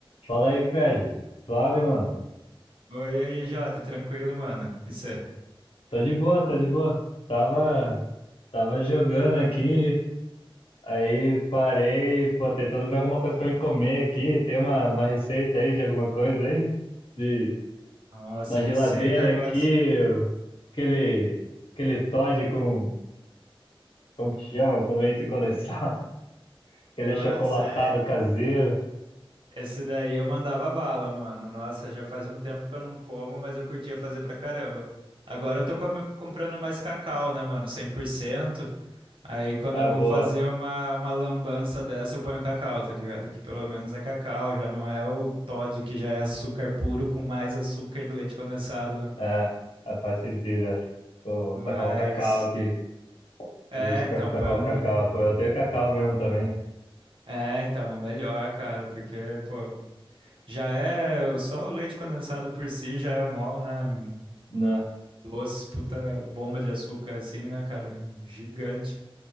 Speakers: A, on the left; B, on the right.
A: Fala aí, Fred. Suave, mano.
B: Oi, e aí, Jota, tranquilo, mano? Isso é.
A: Tô de boa, tô de boa. Tava, tava jogando aqui, aí parei, pô, tentando ver alguma coisa pra me comer aqui. Tem uma, uma receita aí de alguma coisa aí? De,
B: Nossa,
A: na
B: receita
A: geladeira
B: agora.
A: aqui,
B: sim.
A: o- aquele, aquele Toddy com, como que chama? Com leite condensado. <laughs> Aquele
B: Nossa,
A: achocolatado
B: é-
A: caseiro.
B: esse daí eu mandava bala, mano. Nossa, já faz um tempo que eu não como, mas eu curtia fazer pra caramba. Agora eu tô come- comprando mais cacau, né, mano? cem por cento. Aí quando
A: Ah,
B: eu vou
A: boa.
B: fazer uma, uma lambança dessa, eu ponho cacau, tá ligado? Que pelo menos é cacau, já não é o Toddy, que já é açúcar puro com mais açúcar do leite condensado, né?
A: É, é, faz sentido, é. Vou
B: Mas.
A: tacar um cacau aqui.
B: É,
A: Vou ver de
B: então,
A: ca- tacar
B: põe um.
A: o cacau. Pô, eu tenho cacau mesmo também.
B: É, então, é melhor, cara, porque, pô, já é, só o leite condensado por si já é mó, né,
A: né?
B: doce, puta bomba de açúcar, assim, né, cara, gigante.